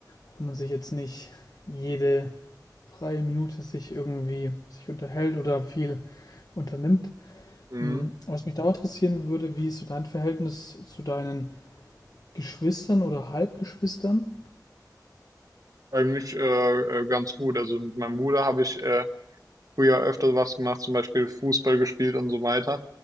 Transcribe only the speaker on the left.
Auch wenn man sich jetzt nicht jede freie Minute sich irgendwie sich unterhält oder viel unternimmt.
Hm, Was mich da interessieren würde, wie ist so dein Verhältnis zu deinen Geschwistern oder Halbgeschwistern?